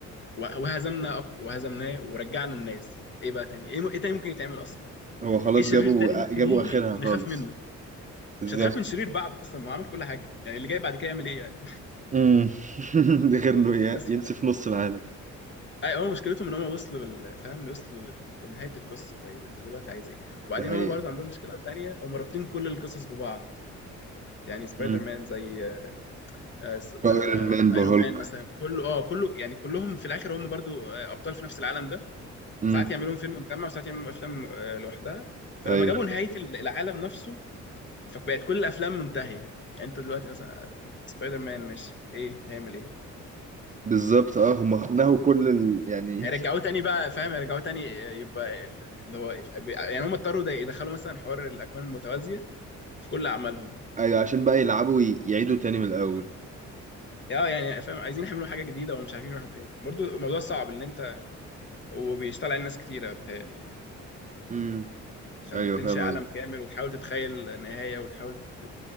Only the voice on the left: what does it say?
وه- وهزمنا أق- وهزمناه ورجعنا الناس ايه بقى تاني ايه, م... ايه تاني ممكن يتعمل اصلا يعني
ايه شرير
تاني ممكن
يجي
نخاف منه
مش هتخاف من شرير بعده اصلا ما هو عمل كل حاجه يعني اللي جاي بعد كده يعمل ايه يعني
<laughs>
بس
اي هو مشكلتهم ان هم وصلوا لل- فاهم وصلوا لل- لنهايه القصه طيب انت دلوقتي عايز ايه وبعدين
هم برضه عندهم مشكله تانية هم رابطين كل القصص ببعض يعني سبايدر
مان زي آه، س-
آه،
ايرون
مان مثلا كله اه كله يعني كلهم في الاخر هم برضو آه، ابطال في نفس العالم ده
ساعات يعملون فيلم مجمع وساعات يعملون افلام آه، لوحدها فلما
جابوا نهايه ال- العالم نفسه فبقت كل الافلام منتهيه يعني انت دلوقتي مثلا آه، سبايدر مان ماشي ايه هيعمل ايه
رجعوه تاني بقى فاهم رجعوه تاني آه، يبقى ال- اللي هو يعني هم اضطروا ده- يدخلوا مثلا حوار الاكوان المتوازيه في كل اعمالهم
اه يعني فاهم عايزين يعملوا حاجه جديده ومش عارفين يروحوا فين برضه الموضوع صعب ان انت وبيشتغل على ناس كتيره بتهيألي يعني
عشان
تنشئ
عالم
كامل وتحاول تتخيل نهايه وتحاول تت...